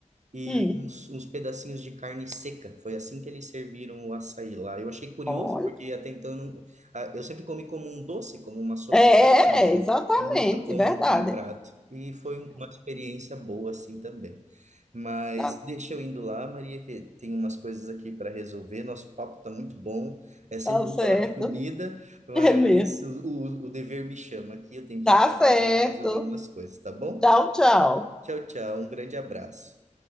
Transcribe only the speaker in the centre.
Hum.
Olha.
É,
é, exatamente,
verdade.
Tá,
tá
certo.
É mesmo.
Tá
certo.
Tchau, tchau.